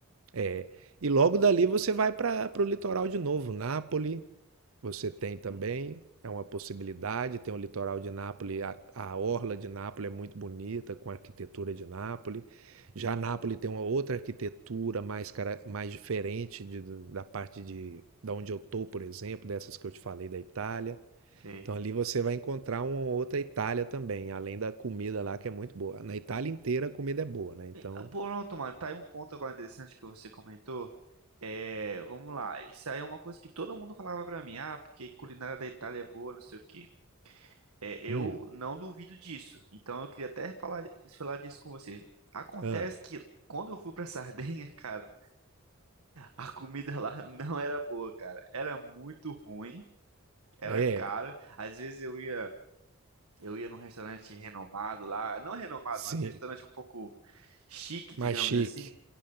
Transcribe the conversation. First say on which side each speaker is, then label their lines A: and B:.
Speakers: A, on the right; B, on the right.
A: É, e logo dali você vai para o litoral de novo, Nápoles, Você tem
B: Uhum.
A: também, é uma possibilidade, tem o litoral de Nápoles, a, a orla de Nápoles é muito bonita, com a arquitetura de Nápoles. Já Nápoles tem uma outra arquitetura mais, cara- mais diferente de- da parte de, da onde eu tô, por exemplo, dessas que eu te falei da Itália.
B: Sei.
A: Então ali você vai encontrar uma outra Itália também, além da comida lá que é muito boa. Na Itália inteira a comida é boa, né? Então,
B: E, ah, Pronto, mano. Tá aí um ponto agora interessante que você comentou. É, vamos lá. Isso aí é uma coisa que todo mundo falava pra mim. Ah, porque culinária da Itália é boa, não sei o quê. É, eu
A: hum,
B: não duvido disso. Então eu queria até falar, falar disso com você. Acontece
A: ah,
B: que quando eu fui pra Sardenha, <laughs> cara, a comida lá não era boa, cara. Era muito ruim, era
A: é,
B: caro. Às vezes eu ia. Eu ia num restaurante renomado lá, não renomado,
A: sim,
B: mas um restaurante um pouco chique, digamos
A: mais chique.
B: assim.